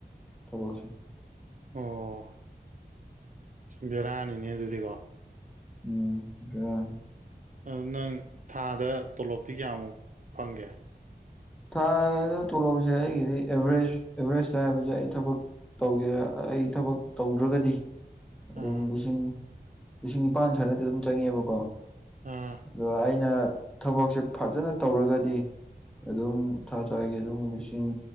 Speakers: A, in the centre; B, on the right.
A: ꯊꯕꯛꯁꯦ
B: ꯑꯁ ꯕꯦꯔꯥꯅꯤꯅꯦ ꯑꯗꯨꯗꯤꯀꯣ
A: ꯎꯝ ꯕꯦꯔꯥꯅꯦ
B: ꯑꯗꯨ ꯅꯪ ꯊꯥꯗ ꯇꯣꯂꯣꯞꯇꯤ ꯀꯌꯥꯃꯨꯛ ꯐꯪꯒꯦ
A: ꯊꯥꯗ ꯇꯣꯂꯣꯞꯁꯦ ꯑꯩꯒꯤꯗꯤ ꯑꯦꯚꯔꯦꯁ ꯑꯦꯚꯔꯦꯁꯇ ꯍꯥꯏꯕꯁꯦ ꯑꯩ ꯊꯕꯛ ꯇꯧꯒꯦꯔ ꯑꯩ ꯊꯕꯛ ꯇꯧꯗ꯭ꯔꯒꯗꯤ ꯑꯗꯨꯝ
B: ꯑꯥ
A: ꯂꯤꯁꯤꯡ ꯂꯤꯁꯤꯡ ꯅꯤꯄꯥꯜ ꯁꯨꯃꯥꯏꯅꯗꯤ ꯑꯗꯨꯝ ꯆꯪꯉꯦꯕꯀꯣ
B: ꯑꯥ
A: ꯑꯗꯣ ꯑꯩꯅ ꯊꯕꯛꯁꯦ ꯐꯖꯅ ꯇꯧꯔꯒꯗꯤ ꯑꯗꯨꯝ ꯊꯥ ꯊꯥꯒꯤ ꯑꯗꯨꯝ ꯂꯤꯁꯤꯡ